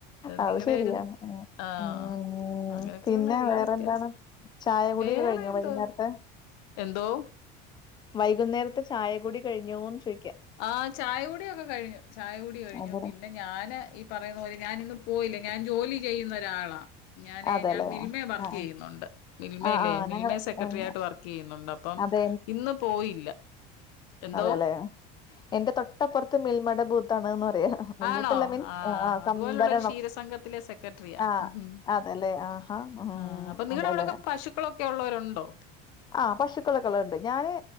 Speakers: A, on the left; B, on the left.
A: അത്
B: നിങ്ങടെ
A: ശരിയാണ്.
B: ഒരു
A: ഉം
B: ആഹ്
A: ഊം.
B: അങ്ങനെയൊക്കെയുള്ള
A: പിന്നെ
B: എല്ലാ
A: വേറെ,
B: വ്യത്യാസം
A: എന്താണ് ചായ കുടിയൊക്കെ
B: വേറെ
A: കഴിഞ്ഞൊ
B: എന്തോ
A: വൈകുന്നേരത്തെ?
B: എന്തോ
A: വൈകുന്നേരത്തെ ചായ കുടി കഴിഞ്ഞോന്ന് ചോയിക്ക.
B: ആഹ് ചായ കുടിയൊക്കെ കഴിഞ്ഞു. ചായ കുടി കഴിഞ്ഞു.
A: അതെ.
B: പിന്നെ ഞാന് ഈ പറയുന്ന പോല ഞാനിന്ന് പോയില്ല. ഞാൻ ജോലി ചെയ്യുന്ന ഒരാളാ ഞാന്
A: അതെല്ലേ.
B: ഞാൻ മിൽമേ വർക്ക്
A: ആഹ് ആഹ്.
B: ചെയ്യുന്നുണ്ട് മിൽമേല്ലേ,
A: ആഹ് ആഹ്
B: മിൽമേ
A: ഞങ്ങള്
B: സെക്രട്ടറി
A: എൻ
B: ആയിട്ട് വർക്ക് ചെയ്യുന്നുണ്ട്, അപ്പം
A: അതെ
B: ഇന്ന് പോയില്ല. എന്തോ
A: അതെല്ലെ. എന്റെ തൊട്ടപ്പുറത്ത് മിൽമേട ബൂത്താണ്ന്ന് പറയാ.
B: ആണോ
A: ബൂത്തല്ല മീൻസ്
B: ആഹ് അതുപോലുള്ള
A: സംഭരണം
B: ഒരു ക്ഷീരസംഘത്തിലെ സെക്രട്ടറിയാ.
A: ആഹ്
B: ഉഹും
A: അതെല്ലേ ആഹാ ഉം
B: ആഹ് അപ്പൊ നിങ്ങടെ
A: അതെല്ലേ.
B: അവിടൊക്കെ പശുക്കളൊക്കെ ഉള്ളവരുണ്ടോ?
A: ആഹ് പശുക്കളൊക്കള്ളണ്ട് ഞാന്